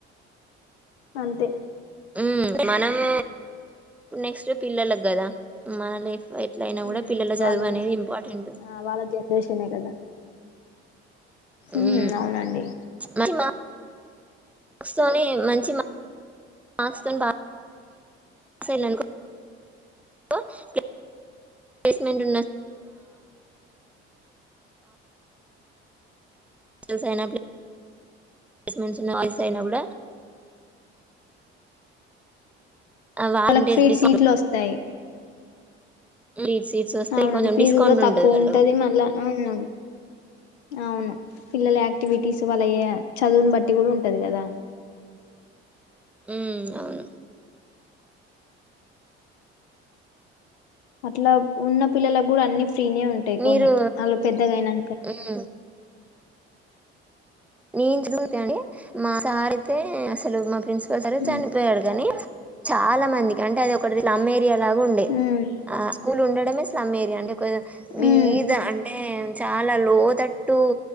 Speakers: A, on the left; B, in the centre.
A: అంతే
B: ఉ మనము నెక్స్ట్ పిల్లలకు కదా మన లైఫ్ ఎట్ల అయినా కూడా
A: ఉమ్
B: పిల్లల చదువు
A: వాళ్ళదే
B: అనేది ఇంపార్టెంట్
A: ఆ వాళ్ళ జనరేషనే కదా ఉమ్
B: ఉ
A: అవునండి
B: కా వస్తానే మంచి మంచి మార్కులు వస్తేనే బాగా పాసైన్ అనుకో ప్ల్సస్ ప్లేసెమెంట్ ప్లేసెస్ అయిన పర్మిషన్ ఉన్న వాయిస్ అయినా కూడా వాలంటేజ్
A: వాళ్ళకు ఫ్రీట్
B: డిస్కౌంట్
A: సీట్లు వస్తాయి
B: లీడ్ సీట్స్ వస్తాయి
A: అవునండి
B: కొంచెం
A: ఫీజు
B: డిస్కౌంట్
A: కూడా తక్కువ
B: వాళ్ళకు
A: ఉంటది మళ్ళా అవున అవును పిల్లల యాక్టివిటీస్ వాళ్ళ చదువుని బట్టి కూడా ఉంటది కదా
B: ఉ అవును
A: అట్లా ఉన్న పిల్లలకు కూడా అన్ని ఫ్రీనే ఉంటాయి
B: మీరు
A: కొన్ని వాళ్ళు పెద్దగెనాక
B: ఉమ్ నేను చదువుతాని మా వారు అయితే అసలు మా ప్రిన్సిపాల్ సార్
A: ఉమ్
B: చనిపోయాడు కాగాని చాలా మందికి అంటే అది ఒకటిలా అమ్మేయి అలాగ ఉండే
A: ఉమ్
B: ఆ స్కూలు ఉండడమే స్లమ్ ఏరియా అంటే కొంచెం బీద
A: ఉమ్
B: అంటే చాలా లోతట్టు